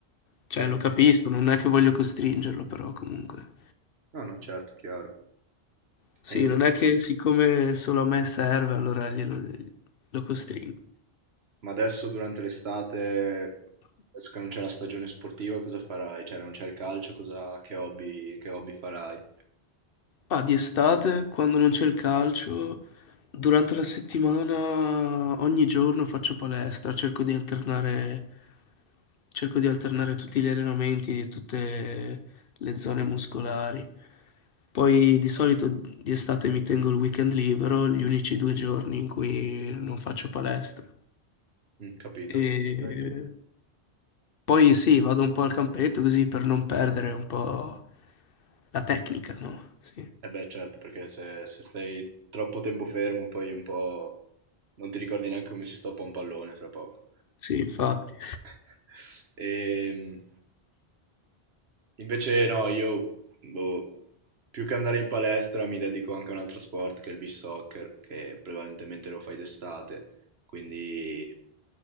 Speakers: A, on the left; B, on the right.
A: cioè
B: E-
A: lo capisco, non è che voglio costringerlo, però comunque.
B: No, no, certo, chiaro.
A: Sì,
B: E-
A: non è che siccome solo a me serve, allora glielo, lo costringo.
B: Ma adesso durante l'estate, adesso che non c'è la stagione sportiva, cosa farai? Cioè non c'è il calcio, cosa, che hobby, che hobby farai?
A: Ma di estate, quando non c'è il calcio, durante la settimana, ogni giorno faccio palestra, cerco di alternare, cerco di alternare tutti gli allenamenti di tutte le zone muscolari. Poi di solito di estate mi tengo il weekend libero, gli unici due giorni in cui non faccio palestra.
B: Mm, capito,
A: E
B: ok.
A: Poi sì, vado un po' al campetto così per non perdere un po' la tecnica, no? Sì,
B: Eh beh, certo, perché se, se stai troppo tempo fermo, poi un po' non ti ricordi neanche come si stoppa un pallone fra poco.
A: sì, infatti.
B: <laughs> Ehm, invece no, io boh, più che andare in palestra mi dedico anche a un altro sport che è il beach soccer, che prevalentemente lo fai d'estate, quindi